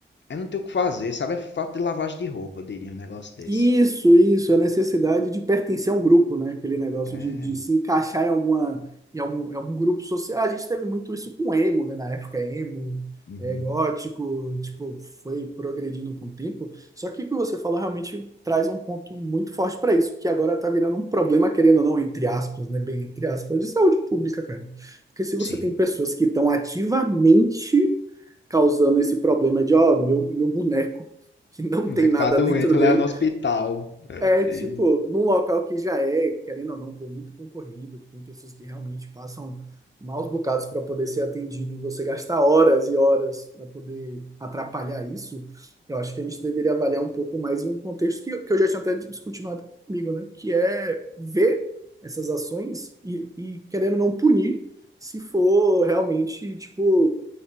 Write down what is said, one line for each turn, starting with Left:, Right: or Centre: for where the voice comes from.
Left: é não ter o que fazer, sabe? É falta de lavagem de roupa, eu diria um negócio desse.
Right: Isso, isso, a necessidade de pertencer a um grupo, né? Aquele negócio
Left: É,
Right: de, de se encaixar em alguma, em algum, em algum grupo social. A gente teve muito isso com emo, né? Na época, emo,
Left: uhum,
Right: é, gótico, tipo, foi progredindo com o tempo. Só que o que você falou realmente traz um ponto muito forte para isso, que agora tá virando um problema, querendo ou não, entre aspas, né? Bem, entre aspas, de saúde pública, cara. Porque se você
Left: sim.
Right: tem pessoas que estão ativamente causando esse problema de, ó, meu, meu boneco. Que não
Left: O moleque
Right: tem nada
Left: tá doente,
Right: dentro
Left: leva
Right: dele,
Left: no hospital. É.
Right: é, tipo,
Left: E-
Right: num local que já é, querendo ou não, pô, muito concorrido, que tem pessoas que realmente passam maus bocados para poder ser atendido e você gastar horas e horas para poder atrapalhar isso, eu acho que a gente deveria avaliar um pouco mais um contexto que, que eu já tinha até discutido na época comigo, né? Que é ver essas ações e, e querendo ou não punir se for realmente, tipo,